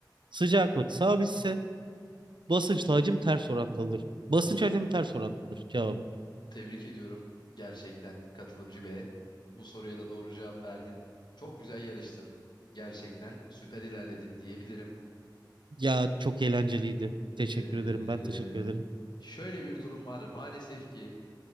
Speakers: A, on the right; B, on the left.
A: Sıcaklık sabitse basınçla hacim ters orantılıdır. Basınç hacim ters orantılıdır cevabı.
B: Tebrik ediyorum gerçekten katılımcı B'ye. Bu soruya da doğru cevap verdin. Çok güzel yarıştın. Gerçekten süper ilerledin diyebilirim.
A: Ya çok eğlenceliydi. Teşekkür
B: Ee,
A: ederim. Ben teşekkür ederim.
B: şöyle bir durum var. Maalesef ki